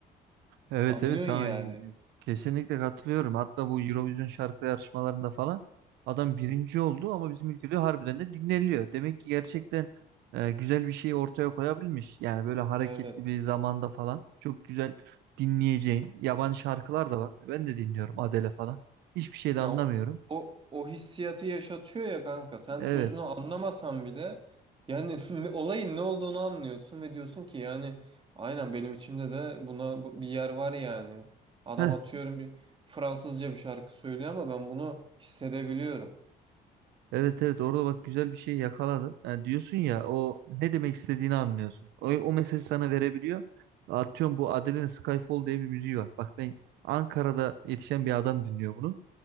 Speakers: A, on the right (about 85°); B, on the right (about 30°).
A: Evet
B: Anlıyorsun
A: evet sana
B: yani.
A: kesinlikle katılıyorum. Hatta bu Eurovision şarkı yarışmalarında falan adam birinci oldu ama bizim ülkede harbiden de dinleniliyor. Demek ki gerçekten e, güzel bir şey ortaya koyabilmiş. Yani böyle hareketli
B: Evet.
A: bir zamanda falan çok güzel dinleyeceğin yabancı şarkılar da var. Ben de dinliyorum Adele falan. Hiçbir şey de
B: Ya
A: anlamıyorum.
B: o, o, o hissiyatı yaşatıyor ya kanka. Sen
A: Evet.
B: sözünü anlamasan bile yani <laughs> ne- olayın ne olduğunu anlıyorsun ve diyorsun ki yani aynen benim içimde de buna bu- bir yer var yani. Adam
A: Heh.
B: atıyorum bir Fransızca bir şarkı söylüyor ama ben bunu hissedebiliyorum.
A: Evet evet orada bak güzel bir şey yakaladın. Ha, diyorsun ya o ne demek istediğini anlıyorsun. O, o mesajı sana verebiliyor. Atıyorum bu Adele'nin Skyfall diye bir müziği var. Bak ben Ankara'da yetişen bir adam dinliyor bunu.